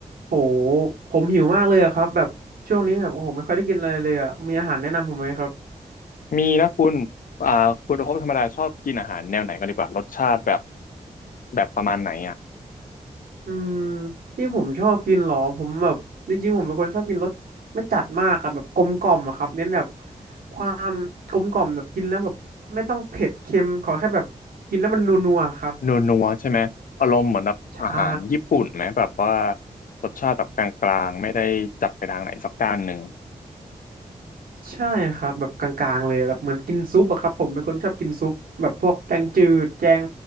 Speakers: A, on the right; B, on the left.
A: โหผมหิวมากเลยอะครับแบบช่วงนี้แบบโอ้โหไม่ค่อยได้กินอะไรเลยอะมีอาหารแนะนำผมไหมครับ
B: มีนะคุณอ่าคุณโอภพธรรมดาชอบกินอาหารแนวไหนกันดีกว่ารสชาติแบบแบบประมาณไหนอ่ะ
A: อืมที่ผมชอบกินเหรอผมแบบจริงๆผมเป็นคนชอบกินรสไม่จัดมากอะแบบกลมกล่อมอะครับเน้นแบบความกลมกล่อมแบบกินแล้วแบบไม่ต้องเผ็ดเค็มขอแค่แบบกินแล้วมันนัวๆครับ
B: นัวนัวใช่ไหมอารมณ์เหมือนแบบอาหารญี่ปุ่นไหมแบบว่า
A: ใช่
B: รสชาติแบบกลางๆไม่ได้จัดไปทางไหนสักด้านหนึ่ง
A: ใช่ครับแบบกลางๆเลยแบบเหมือนกินซุปอะครับผมเป็นคนชอบกินซุปแบบพวกแกงจืดแกง